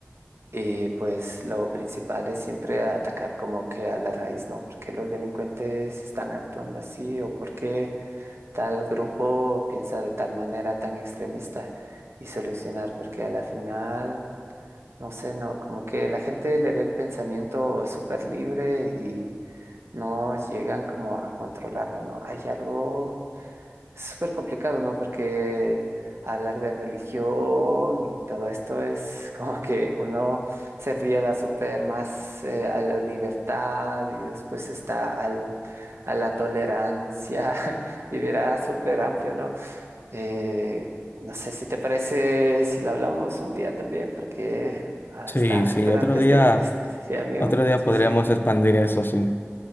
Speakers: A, on the right (about 65°); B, on the left (about 50°).
A: Y pues lo principal es siempre atacar como que a la raíz, ¿no? ¿Por qué los delincuentes están actuando así o por qué tal grupo piensa de tal manera tan extremista y solucionar? Porque a la final, no sé, ¿no? Como que la gente le ve el pensamiento súper libre y no llegan como a controlarlo, ¿no? Hay algo es súper complicado, ¿no? Porque hablar de religión y todo esto es como que uno se riega súper más eh, a la libertad y después está al, a la tolerancia <laughs> y verá súper amplio, ¿no? Eh, no sé si te parece si lo hablamos un día también, porque ah,
B: Sí,
A: está
B: sí,
A: súper
B: otro
A: amplio
B: día,
A: este, este- sí, amigo.
B: otro día
A: Sí,
B: podríamos
A: sí,
B: expandir eso, sí.